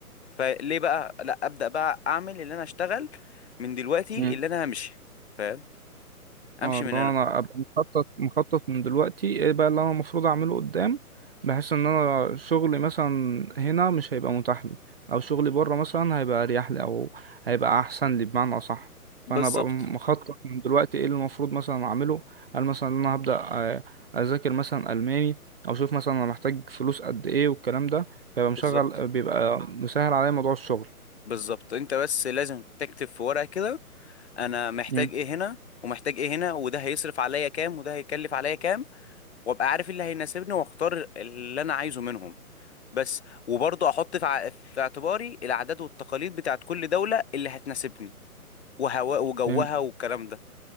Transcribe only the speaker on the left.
فليه بقى لا ابدا بقى اعمل اللي انا اشتغل من دلوقتي
اللي انا همشي فاهم امشي
من
هنا
بالظبط
بالظبط
بالظبط انت بس لازم تكتب في ورقه كده انا محتاج
ايه هنا ومحتاج ايه هنا وده هيصرف عليا كام وده هيكلف عليا كام وابقى عارف إيه اللي هيناسبني واختار اللي انا عايزه منهم بس وبرضه احط في, ع... في اعتباري العادات والتقاليد بتاعت كل دوله اللي هتناسبني وهواء وجوها
والكلام ده